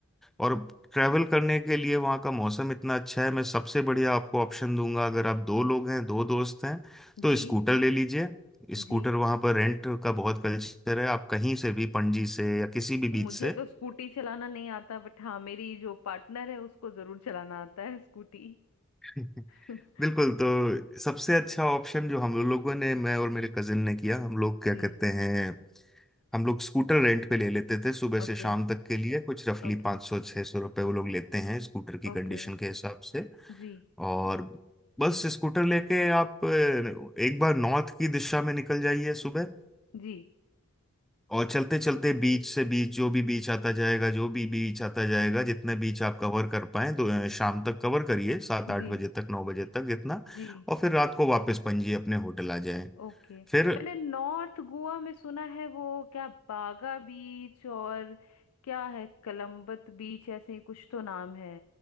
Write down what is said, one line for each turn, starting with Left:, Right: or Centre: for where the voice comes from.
Centre: और ट्रैवल करने के लिए वहाँ का मौसम इतना अच्छा है मैं सबसे बढ़िया आपको ऑप्शन दूंगा अगर आप दो लोग हैं दो दोस्त हैं तो
Left: जी
Centre: स्कूटर ले लीजिए स्कूटर
Left: जी
Centre: वहाँ पर रेंट का बहुत कल्चर है आप कहीं से भी पणजी से या किसी भी
Left: मुझे
Centre: बीच से
Left: तो स्कूटी चलाना नहीं आता बट हाँ मेरी जो पार्टनर है उसको जरूर चलाना आता है स्कूटी
Centre: <laughs>
Left: <laughs>
Centre: बिल्कुल तो सबसे अच्छा ऑप्शन जो हम लोगों ने मैं और मेरे कजिन ने किया हम लोग क्या
Left: जी
Centre: कहते हैं हम लोग स्कूटर रेंट पे ले लेते थे सुबह
Left: Okay
Centre: से शाम तक के लिए कुछ रफली
Left: okay
Centre: पाँच सौ छः सौ रुपये वो लोग लेते हैं स्कूटर की
Left: okay
Centre: कंडीशन के हिसाब से
Left: जी
Centre: और बस स्कूटर लेके आप अ, एक बार नॉर्थ की दिशा में निकल जाइए सुबह
Left: जी
Centre: और चलते चलते बीच से बीच जो भी बीच आता जाएगा जो भी बीच आता जाएगा
Left: जी
Centre: जितने बीच आप कवर कर पाए तो अ, शाम तक कवर करिए सात आठ
Left: जी
Centre: बजे तक नौ बजे तक जितना
Left: जी
Centre: और फिर रात को वापस पणजी अपने होटल आ जाए
Left: ओके मैंने
Centre: फिर
Left: नॉर्थ गोवा में सुना है वो क्या बागा बीच और क्या है कलम्बत बीच ऐसे ही कुछ तो नाम है